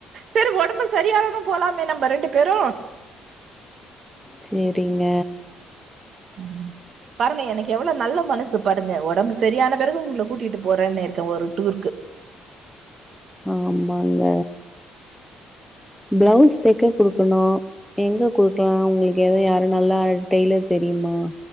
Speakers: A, on the right; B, in the centre.
A: சரி ஒடம்பு சரியானது போலாமே நம்ம ரெண்டு பேரு
B: சேரிங்க
A: ம் பாருங்க எனக்கு எவ்வளோ நல்ல மனசு பாருங்க ஒடம்பு சரியான பிறகு உங்ள கூட்டிட்டு போறேன்னிருக்கே ஒரு டூருக்கு
B: ஆமாங்க ப்ளவுஸ் தெக்க குடுக்கணு எங்க குடுக்கலா உங்களுக்கு எதா யாரு நல்லா டெய்லர் தெரியுமா